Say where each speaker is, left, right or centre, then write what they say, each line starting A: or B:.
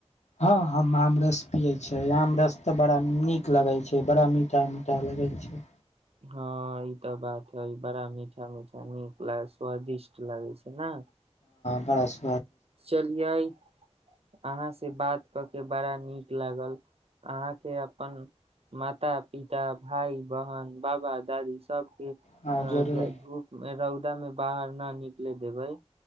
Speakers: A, on the left; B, on the right.
A: हँ ह्म आमरस पियै छै, आमरस तऽ बड़ा नीक लगैत छै, बड़ा मीठ मीठ लगैत छै।
B: हँ ई तऽ बात है बड़ा मीठा मीठा नीक लगे छै। स्वादिष्ट लागे छै न।
A: हस
B: चलिये अहाँ से बात क के बड़ा नीक लागल। अहाँ के अपन माता, पिता, भाई, बहन बाबा, दादी, सबके अ
A: हँ जरूर
B: धूप मे रौदा मे बाहर नानी ले देबई